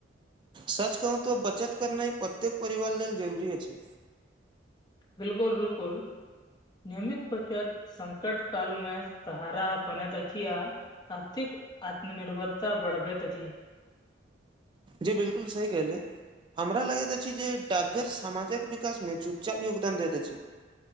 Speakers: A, on the right (about 25°); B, on the left (about 25°).
A: सच कहू तँ बचत करनाय प्रत्येक परिवार लेल जरूरी अछि
B: बिल्कुल बिल्कुल नियमित बचत संकट कालमे सहारा बनैत अछि आ आर्थिक आत्मनिर्भरता बढ़बैत अछि
A: जी बिलकुल सही कह ले हमरा लगैत अछि जे डाक्घर सामाजक विकासमे चुपचाप योगदान दैत अछि